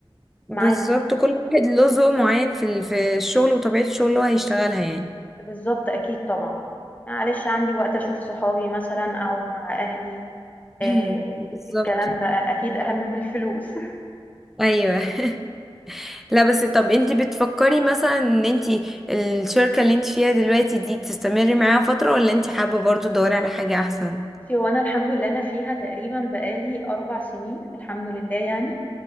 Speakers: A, in the centre; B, on the left.
A: بالظبط
B: معاكي
A: كل واحد له ذوق معين في ال- في الشغل وطبيعة الشغل اللي هو هيشتغلها يعني
B: بالظبط اكيد طبعا معلش عندي وقت اشوف صحابي مثلا اقعد مع اهلي آه
A: <clears throat> بالظبط
B: الكلام ده اكيد اهم من الفلوس
A: ايوه <laughs> لا بس طب انت بتفكري مثلا ان انت الشركة اللي انت فيها دلوقتي دي تستمري معاها فترة ولا انت حابة برضو تدوري على حاجة احسن
B: <laughs> بصي، هو انا الحمد لله انا فيها تقريبا بقالي اربع سنين الحمد لله يعني